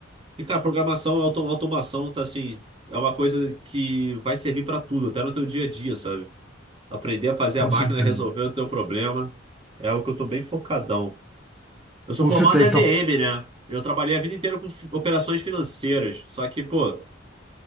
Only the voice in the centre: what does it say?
com
certeza.
Com
certeza,